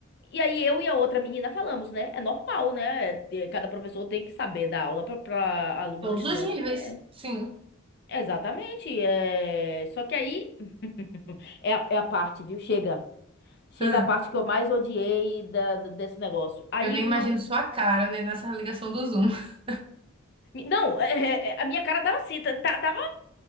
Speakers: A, on the left; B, on the right.
A: E aí eu e a outra menina falamos, né? É normal, né? É, é, cada professor tem que saber dar aula para alunos,
B: Todos
A: estudantes
B: os níveis,
A: diferentes.
B: sim.
A: Exatamente. É... Só que aí <laughs> é a, é a parte, viu? Chega. Chega
B: Hã,
A: a parte que eu mais odiei da- da- desse negócio. Aí
B: Eu nem
A: uma.
B: imagino sua cara, né, nessa ligação do Zoom. <laughs>
A: Não, é, é, é, a minha cara tava assim, tá- tá- tava